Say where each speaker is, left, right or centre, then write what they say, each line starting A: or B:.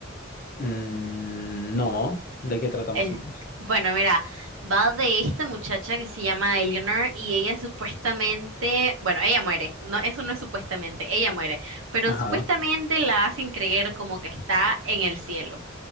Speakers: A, on the left; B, on the right.
A: Mm, no. ¿De qué trata más
B: Es-
A: o menos?
B: bueno, mira, va de esta muchacha que se llama Eleanor y ella supuestamente, bueno, ella muere. No, eso no es supuestamente, ella muere. Pero
A: Ajá.
B: supuestamente la hacen creer como que está en el cielo.